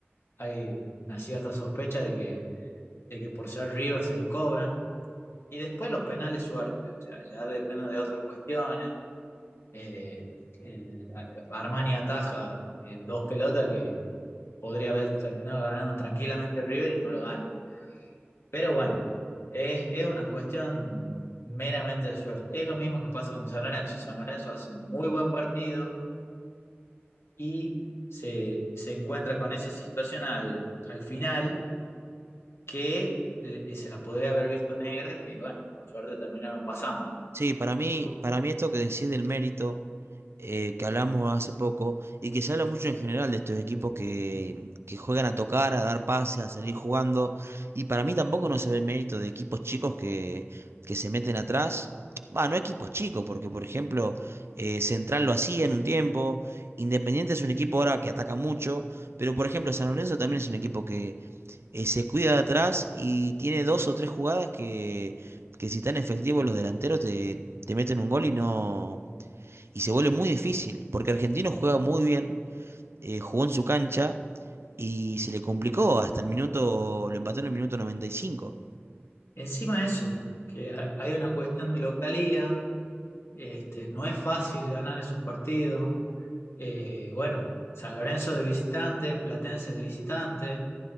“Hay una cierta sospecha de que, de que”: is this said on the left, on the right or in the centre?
Left